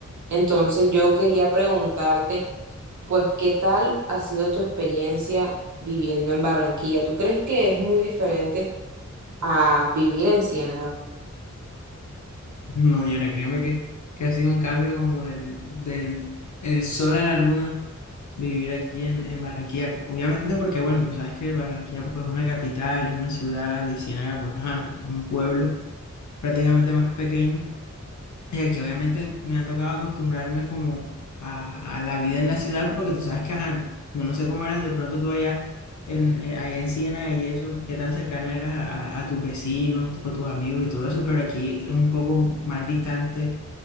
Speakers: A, on the right; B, on the left.
A: Entonces yo quería preguntarte, pues, ¿qué tal ha sido tu experiencia viviendo en Barranquilla? ¿Tú crees que es muy diferente a vivir en Ciénaga?
B: No, Yera, créeme que, que ha sido un cambio como del, del el sol a la luna vivir aquí en, en Barranquilla. Obviamente porque, bueno, tú sabes que Barranquilla pues, es una capital, es una ciudad, y Ciénaga pues ajá, un pueblo prácticamente más pequeño. Y aquí obviamente me ha tocado acostumbrarme como a, a la vida en la ciudad, porque tú sabes que, ajá, no, no sé cómo eras de pronto tú allá en, eh, allá en Siena y eso, qué tan cercana eras a, a- a tus vecinos, o tus amigos y todo eso, pero aquí es un poco más distante